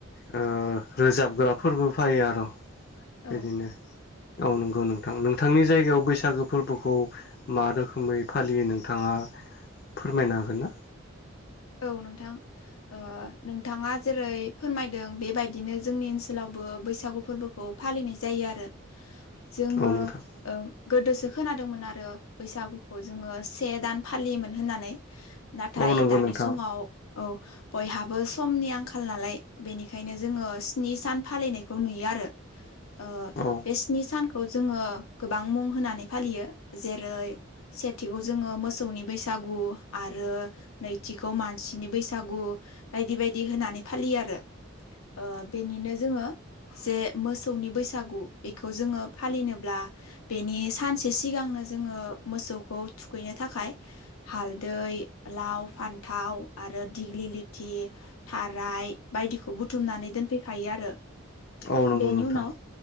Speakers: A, on the left; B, on the left.
A: ओ रोजाबग्रा फोरबो फायो आरो'
B: औ
A: बिदिनो औ नंगौ नोंथां नोंथांनि जायगायाव बैसागो फोरबोखौ मा रोखोमै फालियो नों नोंथाङा फोरमायनो हागोन ना
B: औ नोंथां ओ नोंथाङा जेरै फोरमायदों बेबायदिनो जोंनि ओनसोलाव बो बैसागु फोरबोखौ फालिनाय जायो आरो जोङो
A: औ नोंथां
B: ओ गोदोसो खोनादोंमोन आरो बैसागुखौ जोङो से दान फालियोमोन होननानै नाथाय
A: औ नंगौ
B: दानि
A: नोंथां
B: समाव औ बयहाबो समनि आंखाल नालाय बेनिखायनो जोङो स्नि सान फालिनायखौ नुयो आरो
A: <inaudible> <unintelligible>
B: ओ
A: औ
B: बे स्नि सान खौ जोङो गोबां मुं होनानै फालियो जेरै सेथिखौ जोङो मोसौनि बैसा गु आरो नैथिखौ मानसिनि बैसागु बायदि बायदि होनानै फालियो आरो ओ बेनिनो जोङो जे मोसौनि बैसागु बेखौ जोङो फालिनोब्ला बेनि सानसे सिगांनो जोङो मोसौखौ थुखैनो थाखाय हाल दै आउ फान्थाव आरो दिग्लि लिथि थाराय बायदिखौ बुथुमनानै दोनफैखायो आरो
A: औ नंगौ
B: बेनि
A: नोंथां
B: उनाव